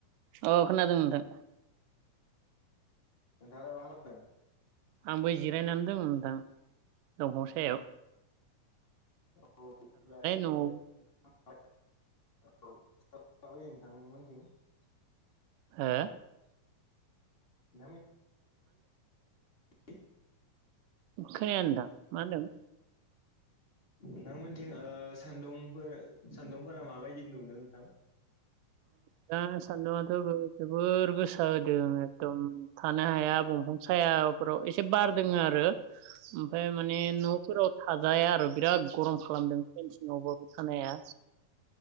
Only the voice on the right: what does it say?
अ खोनादों नोंथां
आंबो जिरायनानै दंमोनदां दंफांसायाव
न'आव
हो
हा
खोनानो दां मा होनदों
दा सान्दुंङाथ' जोबोर गोसो होदों एकदम थानो हाया दंफांसायाफोराव एसे बार दोङ आरो ओमफ्रायाय माने न'फोराव थाजाया आरो बिराद गरम खालामदों सिनावबाबो थानो हाया